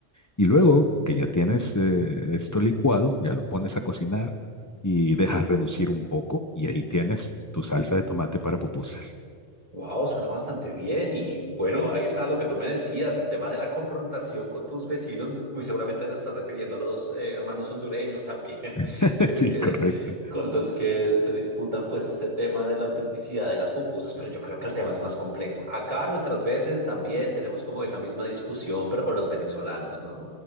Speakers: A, on the left; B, on the right.
A: Y luego que ya tienes eh, esto licuado, ya lo pones a cocinar y dejas reducir un poco y ahí tienes tu salsa de tomate para pupusas.
B: Wow, suena bastante bien y bueno, ahí está lo que tú me decías, el tema de la confrontación con tus vecinos, muy seguramente te estás refiriendo a los eh, hermanos hondureños también, <laughs>
A: <laughs>
B: que,
A: Sí,
B: que-
A: correcto.
B: con los que se disputan pues este tema de la autenticidad de las pupusas, pero yo creo que el tema es más complejo. Acá nuestras veces también tenemos como esa misma discusión, pero con los venezolanos, ¿no?